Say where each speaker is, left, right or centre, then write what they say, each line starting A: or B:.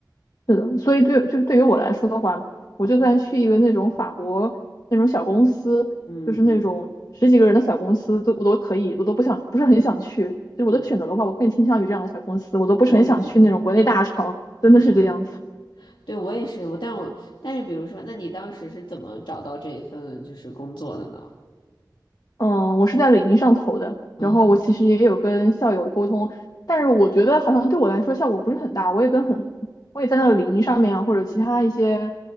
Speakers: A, on the left; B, on the left.
A: 是的，所以对就是对于我来说的话，我就算去一个那种法国那种小公司，
B: 嗯嗯
A: 就是那种十几个人的小公司，都我都可以，我都不想不是很想去。就是我的选择的话，
B: 嗯，
A: 我更倾向于这样的小公司，我都不是很想去那种国内大厂，
B: 我也觉得是，
A: 真的是这样子。
B: 对吧？对，我也是，我但我但是，比如说，那你当时是怎么找到这一份就是工作的呢？
A: 嗯，我是在领英上投的，
B: 哦，
A: 然后我其实也有跟校友沟通，但是我觉得好像对我来说效果不是很大。我也跟很，我也在那个领英上面啊，或者其他一些